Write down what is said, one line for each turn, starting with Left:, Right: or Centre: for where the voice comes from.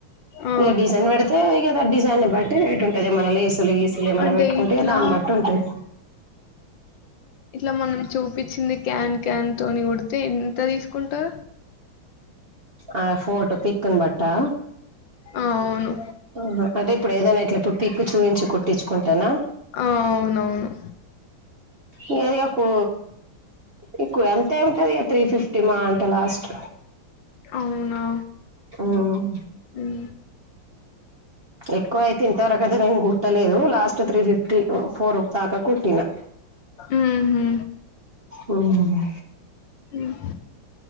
Left: ఆ
Right: ఇక డిజైన్ పెడితే ఇకా డిజైన్ని బట్టి రేట్ ఉంటది ఏమన్నా లేసులు గీసులు ఏమైన్నా
Left: అంటే
Right: పెట్టుకుంటే
Left: ఇట్లా
Right: దాన్ని బట్టి ఉంటది
Left: ఇట్లా మన చూ పిచ్చింది కన్ కన్తోని పడితే ఎంత తీసుకుంటారు
Right: ఆ ఫోటో పిక్న్ బట్టా
Left: ఆ అవును
Right: అహా అంటే ఇప్పుడు ఏదైనా ఇట్లా ఇప్పు పిక్ చూయిించి కుట్టించుకుంటానా
Left: ఆ అవునవును
Right: ఇ అదికు ఇకు ఎంతే ఉంటుది ఇ త్రీ ఫిఫ్టీ మా అంటే లాస్ట్
Left: అవునా
Right: ఓమ్
Left: ఉమ్
Right: ఎక్కువయితే ఇంతవరకదా నేను కుట్టలేదు లాస్ట్ త్రీ ఫిఫ్టీ మ్ ఫోర్ దాకా కుట్టినా
Left: ఉహు
Right: మ్మ్ హ్మ్.
Left: మ్మ్